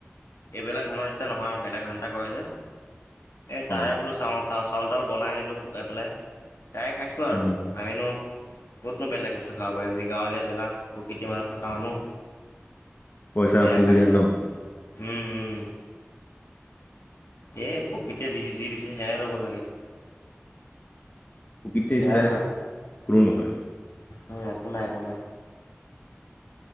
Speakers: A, on the left (about 80°); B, on the left (about 45°).
A: এইবিলাক ধানৰ নিচনা নহয় আৱ বেলেগ ধান এটা কৰে যে। এই তাৰে
B: অ
A: বোলো চাউল চাউল তাউল বনাই আনিলো শুকুৱাই পেলাই। তাৰে খাইছোঁ আৰু
B: উম
A: আমিনো। ক'তনো বেলেগ বস্তু খাব পাৰিবি গাঁৱলীয়া জেগা প্ৰকৃতিৰ মাজত থকা মানুহ।
B: পইচা
A: সেয়াই
B: অসুবিধা
A: খাইছোঁ
B: ন।
A: আৰু উম উম। এই প্ৰকৃতিয় দি যি দিছে সেয়াই ল'ব লাগে।
B: বিত্তেচীনা
A: সেয়াই ভাল
B: কোনো নহয়।
A: উম একো নাই একো নাই।